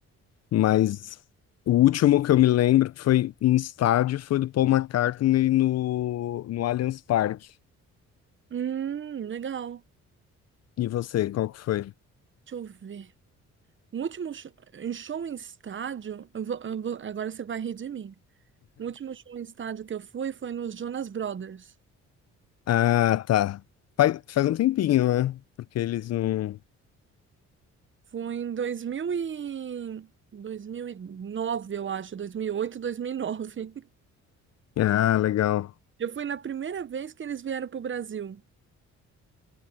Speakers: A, on the left; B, on the right.
A: Mas o último que eu me lembro que foi em estádio foi do Paul McCartney no, no Allianz Parque.
B: Hum, legal.
A: E você, qual que foi?
B: Deixa eu ver. O último show, em show em estádio, eu vou- eu vou- agora você vai rir de mim. O último show em estádio que eu fui foi nos Jonas Brothers.
A: Ah, tá. Faz, faz um tempinho, né? Porque eles não.
B: Foi em 2000 e... 2009, eu acho, 2008, 2009. <laughs>
A: Ah, legal.
B: Eu fui na primeira vez que eles vieram para o Brasil.